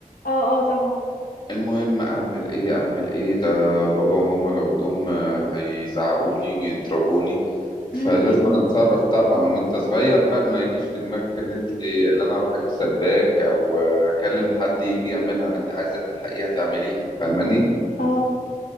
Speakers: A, on the left (about 90°); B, on the left (about 35°).
A: اه آه طبعا
B: فالمهم اعمل ايه اعمل ايه ده بابا وماما لو جم آه، هيزعقولي ويضربوني
A: مم.
B: فلازم انا اتصرف طبعا وانت صغير بقى ما يجيش في دماغك اللي انت اللي انا اروح اجيب سباك او آه، اكلم حد يجي يعملها انت عايزه تلحقيها تعمليها فاهماني
A: اه